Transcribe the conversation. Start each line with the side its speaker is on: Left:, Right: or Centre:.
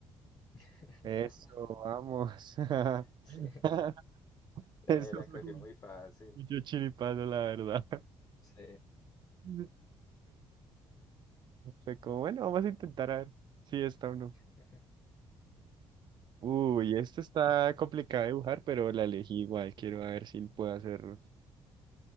Left: <laughs>
Right: Eso, vamos. <laughs>
Left: Sí. Eh,
Right: Eso
Left: la
Right: fue
Left: cogió
Right: mu-
Left: muy fácil.
Right: mucho chiripazo, la verdad.
Left: Sí.
Right: <laughs> Fue como, bueno, vamos a intentar a ver si está o no.
Left: <laughs>
Right: Uy, esto está complicado de dibujar, pero la elegí igual. Quiero ver si puedo hacerlo.